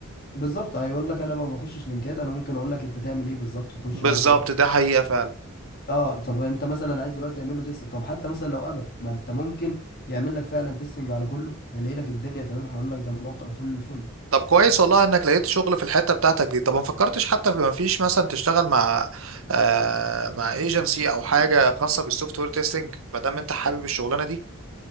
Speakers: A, on the left (about 45°); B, on the right (about 75°).
A: بالظبط هيقول لك انا ما بخشش لينكات انا ممكن اقول لك انت تعمل ايه بالظبط تخش
B: بالظبط
A: واحد اتنين تلاته
B: ده حقيقه فعلا
A: اه طب انت مثلا عايز دلوقتي تعمل له تيستنج طب حتى مثلا لو قبل ما انت ممكن يعمل لك فعلا تيستنج على كله هيلاقي لك الدنيا تمام هيقول لك ده الموقع فل الفل
B: طب كويس والله انك لقيت شغل في الحته بتاعتك دي طب ما فكرتش حتى في ما فيش مثلا تشتغل مع آه مع ايجنسي او حاجه خاصه بالسوفت وير تيستنج ما دام انت حابب الشغلانه دي